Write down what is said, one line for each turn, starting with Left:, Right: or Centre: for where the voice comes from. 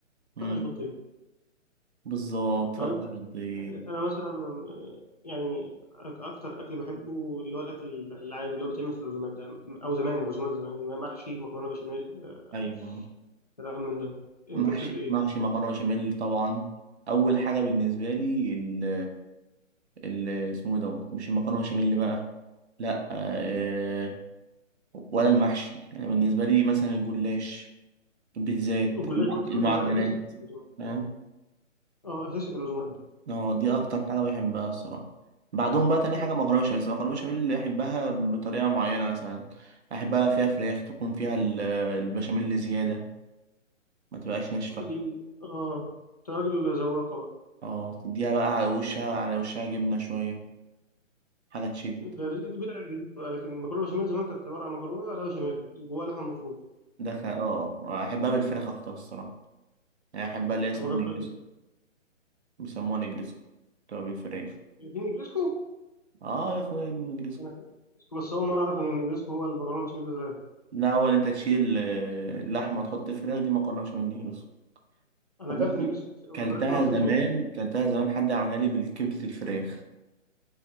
Right: مم.
Left: فقش بطين
Right: بالظبط
Left: طب
Right: فقد
Left: انت
Right: البيض
Left: انا مثلا آه، يعني أك- اكتر اكل بحبه اللي هو الاكل العادي اللي هو بيتعمل في العزومات ده او زمان عزومات زمان محشي مكرونه بشاميل آه،
Right: أيوه
Left: كلام من ده انت
Right: محشي
Left: تحب ايه
Right: محشي مكرونة بشاميل طبعا أول حاجة بالنسبة لي ال ال اسمه إيه دوت مش المكرونة بشاميل بقى لا آه ولا المحشي أنا بالنسبة لي مثلا الجلاش البيتزات
Left: والجلاش برضه
Right: المعجنات
Left: ده اساسي في العزومات
Right: فاهم
Left: اه اساسي في العزومات ده
Right: اه دي اكتر حاجه بحبها الصراحه بعدهم بقى تاني
Left: لا،
Right: حاجه مكرونه بشاميل، بس المكرونه بشاميل اللي بحبها بطريقه معينه مثلا احبها فيها فراخ تكون فيها ال- البشاميل زياده ما تبقاش ناشفه
Left: دي اه انت راجل ذواقه بقى
Right: اه تديها بقى على وشها على وشها جبنه شويه حاجه تشد
Left: ده دي دي بدعه جديده بقى لكن المكرونه بشاميل زمان كانت عباره عن مكرونه لا بشاميل جواها لحمه مفرومه
Right: ده خ- اه احبها بالفراخ اكتر الصراحه يعني احبها اللي هي اسمها
Left: انا ما جربتهاش
Right: نجرسكو
Left: بس-
Right: بيسموها نجرسكو بتبقى بالفراخ
Left: هي دي النجريسكو
Right: اه يا اخويا دي نجرسكو
Left: انا اكلت نجريسكو بس اول مره اعرف ان النجريسكو هو المكرونه بشاميل بالفراخ
Right: لا اول انت تشيل ال- اللحمه وتحط الفراخ دي مكرونه بشاميل نجرسكو
Left: انا
Right: وبرضه
Left: اكلت نجريسكو كتير أوي
Right: كلتها
Left: لدرجه ان انا
Right: زمان
Left: طقت منه
Right: كلتها زمان حد عملها لي بالكبدة الفراخ